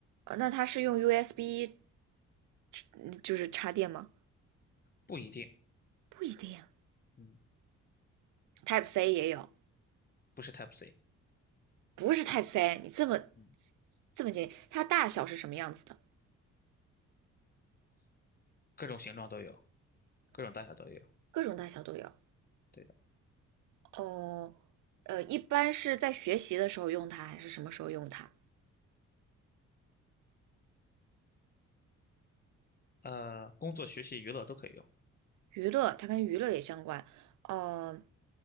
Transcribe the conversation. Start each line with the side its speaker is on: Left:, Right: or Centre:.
Right: 呃，那它是用 USB 嗯就是插电吗？
Left: 不一定，
Right: 不一定
Left: 嗯，
Right: ，Type C 也有，
Left: 不是 Type C，
Right: 不是 Type C，你这么
Left: 嗯，
Right: 这么简单，它大小是什么样子的？
Left: 各种形状都有，各种大小都有，
Right: 各种大小都有。
Left: 对的，
Right: 哦，呃，一般是在学习的时候用它，还是什么时候用它？
Left: 呃，工作、学习、娱乐都可以用，
Right: 娱乐，它跟娱乐也相关。呃，